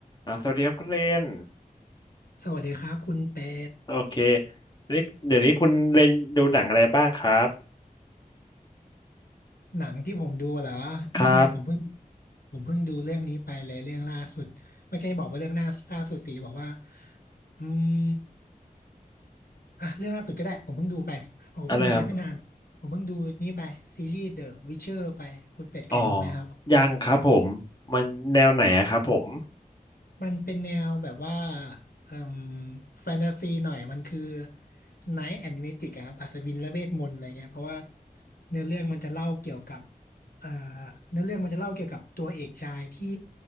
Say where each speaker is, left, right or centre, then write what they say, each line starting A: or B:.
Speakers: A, on the left (about 30°); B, on the left (about 85°).
A: อ่าสวัสดีครับคุณเลน
B: สวัสดีครับคุณเป็ด
A: โอเคนี่เดี๋ยวนี้คุณเลนดูหนังอะไรบ้างครับ
B: หนังที่ผมดูเหรอนี่ผมเพิ่ง
A: ครับ
B: ผมเพิ่งดูเรื่องนี้ไปเลยเรื่องล่าสุดไม่ใช่บอกว่าเรื่องหน้าล่าสุดสิบอกว่าอืมอ่ะเรื่องล่าสุดก็ได้ผมเพิ่งดูไปผมก็เพิ่งดูไปไม่นานผมเพิ่งดูนี่ไปซีรีส์
A: อะไรครับ
B: The Witcher ไปคุณเป็ดเคยดูไหมครับ
A: อ๋อยังครับผมมันแนวไหนอะครับผม
B: มันเป็นแนวแบบว่าเอ่มแฟนตาซีหน่อยมันคือ Night and Magic อะครับอัศวินและเวทมนต์อะไรเงี้ยเพราะว่าเนื้อเรื่องมันจะเล่าเกี่ยวกับเอ่อเนื้อเรื่องมันจะเล่าเกี่ยวกับตัวเอกชายที่